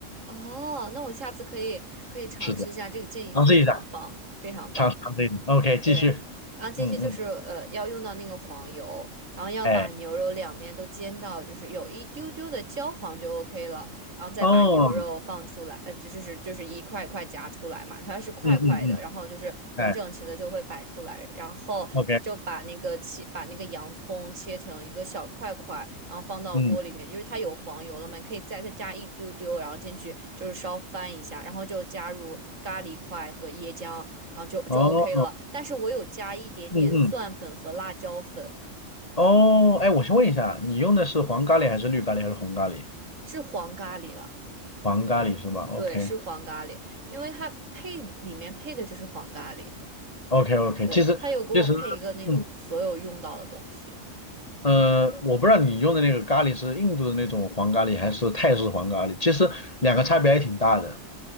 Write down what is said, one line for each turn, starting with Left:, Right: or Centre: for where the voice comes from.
Right: 哦，那我下次可以可以尝试一下，
Left: 是的。
Right: 这个建议非常棒，
Left: 尝试一下。
Right: 非常棒。
Left: 长沙那里。OK，继续。
Right: 对，然后这些就是呃，
Left: 嗯嗯，
Right: 要用到那个黄油，然后要把牛肉两面都煎到就是有一丢丢的焦黄就
Left: 哎，
Right: OK 了，然后再把牛肉放出来，
Left: 哦，
Right: 呃，这就是就是一块一块夹出来嘛，它是块块的，
Left: 嗯嗯嗯，
Right: 然后就是很整齐的就会摆出来，
Left: 哎
Right: 然后就把那个切把那个洋葱切成一个小块块，
Left: ，OK，
Right: 然后放到锅里面，
Left: 嗯，
Right: 因为它有黄油了嘛，你可以再再加一丢丢，然后进去就是稍翻一下，然后就加入咖喱块和椰浆。然后就就
Left: 哦，
Right: OK 了。但是我有加一点点蒜粉和辣椒粉，
Left: 嗯嗯，哦，哎，我先问一下，你用的是黄咖喱还是绿咖喱还是红咖喱？
Right: 是黄咖喱了，
Left: 黄咖喱是吧？OK
Right: 对，是黄咖喱，因为它配里面配的就是黄咖喱，
Left: OK OK，
Right: 对，
Left: 其实其实，
Right: 它有给我配一个那种所有用到的东西。
Left: 嗯呃，我不知道你用的那个咖喱是印度的那种黄咖喱还是泰式黄咖喱，其实两个差别还挺大的。